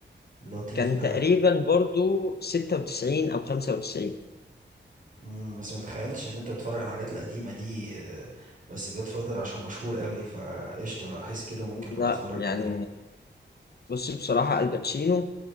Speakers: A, on the right; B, on the left.
A: لطيف
B: كان
A: ده
B: تقريبا
A: حلو
B: برضو 96 او 95
A: امم بس ما تخيلتش ان انت بتتفرج على الحاجات القديمه دي آه، بس جاد فاذر عشان مشهور قوي فقشطه لا حس كده ممكن ابقى
B: لا
A: اتفرج
B: يعني
A: عليه
B: بص بصراحه الباتشينو